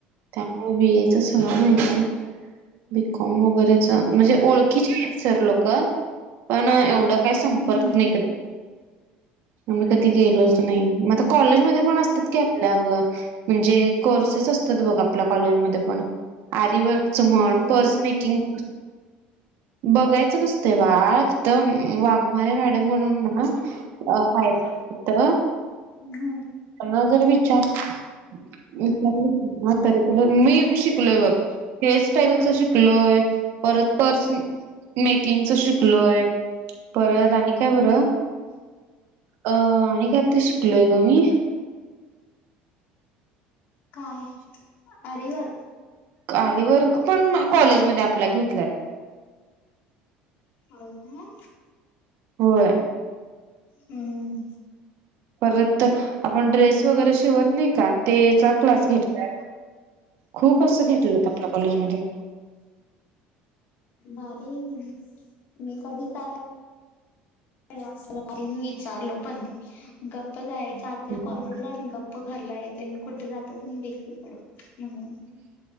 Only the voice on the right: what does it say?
त्यामुळं बी ए सगळं माहिती हाय, बी कॉम वगैरेच म्हणजे ओळखीचे आहेत सर लोक, पण एवढं काय संपर्क
नाही, मी कधी गेलोच नाही, म आता कॉलेज म ते पण असत्यात की आपल्या ग, म्हणजे कोर्सेस असत्यात बघ आपल्या कॉलेज मध्ये पण आरीवर्क च म्हण,
पर्स
मेकिंग बघायचं नसतं बाळा तिथं वाघमारे मॅडम म्हणून ना. अ हाय तिथं.
त्यांना जर विचार <unintelligible> तरी तुला मी शिकलोय बघ. हेअर स्टाईलचं शिकलोय परत परस मेकिंग च शिकलोय परत आणिक् काय बर अ आणि काय तर शिकलोय ग मी.
कारीवर्क पण कॉलेजमध्ये आपल्या घेतल्यात.
होय
परत आपण ड्रेस वगैरे शिवत नाई का तेचा क्लास घेतला. खूप असं घेतलंत आपल्या कॉलेज मध्ये.
त्यामुळे